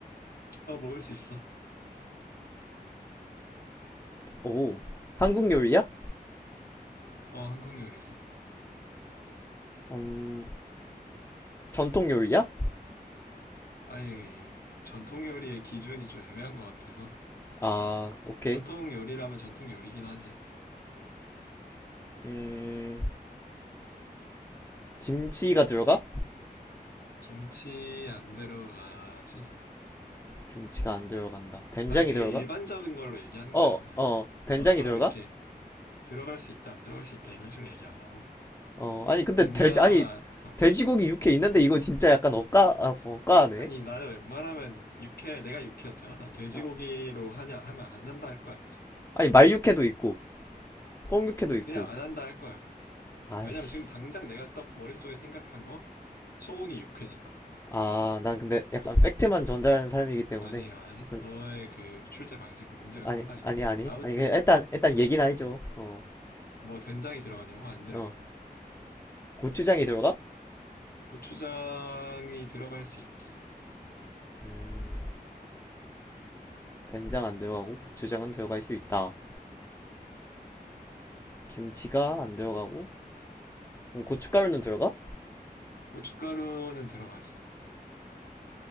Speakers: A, on the left; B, on the left.
A: 어, 먹을 수 있어.
B: 오 한국 요리야?
A: 어, 한국 요리지.
B: 음 전통 요리야?
A: 아니, 전통 요리의 기준이 좀 애매한 것 같아서.
B: 아, 오케이.
A: 전통 요리라면 전통 요리긴 하지.
B: 음, 김치가 들어가?
A: 김치 안 들어가지.
B: 김치가 안 들어간다. 된장이
A: 난 되게
B: 들어가?
A: 일반적인 걸로 얘기하는
B: 어,
A: 거야, 항상.
B: 어, 된장이
A: 너처럼
B: 들어가?
A: 이렇게 들어갈 수 있다, 안 들어갈 수 있다, 이런 식으로 얘기 안 하고.
B: 어, 아니, 근데
A: 된장,
B: 돼지, 아니,
A: 어,
B: 돼지고기 육회 있는데 이거 진짜 약간 억까,
A: 어.
B: 아, 억까하네.
A: 아니, 나는 웬만하면 육회, 내가 육회였잖아? 난 돼지고기로
B: 어.
A: 하냐, 하면 안 한다 할 거야, 그냥.
B: 아니, 말육회도 있고, 꿩육회도 있고.
A: 그냥 안 한다 할 거야, 그냥.
B: 아이씨.
A: 왜냐면 지금 당장 내가 딱 머릿속에 생각한 거, 소고기 육회니까.
B: 아, 난 근데 약간
A: 어.
B: 팩트만 전달하는 사람이기 때문에.
A: 아니, 아니.
B: 난-
A: 너의 그 출제 방식 문제가
B: 아니,
A: 상당히
B: 아니,
A: 있어.
B: 아니.
A: 아무튼,
B: 아니, 그냥 일단, 일단 얘기나 해줘.
A: 어,
B: 어,
A: 뭐 된장이 들어가냐고? 안 들어가.
B: 어. 고추장이 들어가?
A: 고추장이 들어갈 수 있지.
B: 음, 된장 안 들어가고 고추장은 들어갈 수 있다. 김치가 안 들어가고 그럼 고춧가루는 들어가?
A: 고춧가루는 들어가지.